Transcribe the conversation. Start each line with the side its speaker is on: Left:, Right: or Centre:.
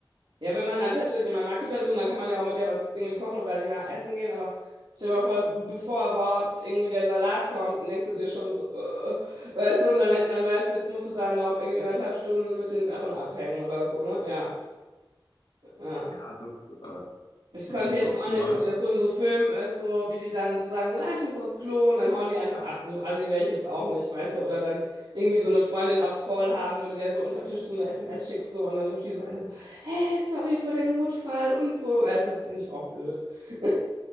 Right: Ja, wenn man dann feststellt, man mag die Person, dann kann man ja auch mit der was irgendwie kochen oder länger essen gehen. Aber stell dir mal vor, bevor überhaupt irgendwie der Salat kommt, denkst du dir schon so, äh, äh, weißt du, und dann, dann weißt du, jetzt musst du da noch irgendwie anderthalb Stunden mit den Irren abhängen oder so, ne? Ja, ja.
Left: Ja, das äh, ist natürlich
Right: Ich könnte
Left: nicht
Right: jetzt
Left: so optimal.
Right: auch nicht, so wie das so in so Filmen ist, so wie die dann so sagen, so, ja, ich muss aufs Klo und dann hauen die einfach ab. So assi wäre ich jetzt auch nicht, weißt du? Oder dann irgendwie so eine Freundin auf Call haben, wo du der so unterm Tisch so eine SMS schickst so, und dann ruft die so an, so, hey, sorry für den Notfall und so. Weißt du, das finde ich auch blöd. <laughs>